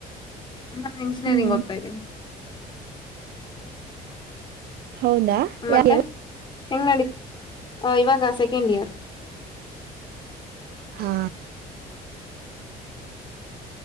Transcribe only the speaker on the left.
ನಾನ್ ಇಂಜಿನಿಯರಿಂಗ್
ಓದ್ತಾ ಇದ್ದೀನಿ
ಮತ್ತೆ
ಹೆಂಗ ನಡ ಇವಾಗ ಸೆಕೆಂಡ್ ಇಯರ್